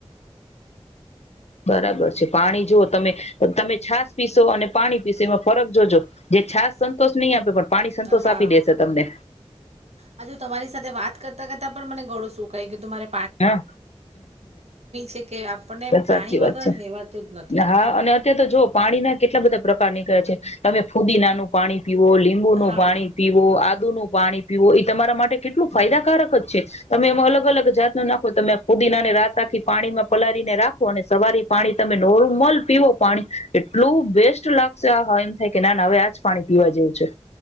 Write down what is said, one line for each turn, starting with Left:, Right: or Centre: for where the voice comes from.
Left: બરાબર છે પાણી જુઓ તમે તમે છાસ પીશો અને પાણી પીસેો એમાં ફરક જોજો જે છાસ સંતોષ નહીં આપે પણ પાણી સંતોષ
Right: હા
Left: આપી દેશે તમને
Right: આ જો તમારી સાથે વાત કરતા કરતા પણ મને ગળું શું કાય કે તમારે
Left: હા
Right: છે કે આપણને
Left: સાચી
Right: પાણી વગર
Left: વાત છે
Right: રહેવાતું જ નથી.
Left: હા અને અત તો જોઓ પાણીના કેટલા બધા પ્રકાર નીકળે છે. તમે ફુદીનાનું પાણી પીવો લીંબુનું
Right: હા.
Left: પાણી પીવો આ આદુ નું પાણી પીવું એ તમારા માટે કેટલું ફાયદાકારક જ છે તમે એમાં અલગ અલગ જાત નાખો તમે ફુદીનાને રાત આખી પાણીમાં પલાળારીને રાખો અને સવારી પાણી તમે નોર્મલ પીવો પાણી. એટલું બેસ્ટ લાગશે આહા એમ થાય કે ના ના હવે આજ પાણી પીવા જેવું છે.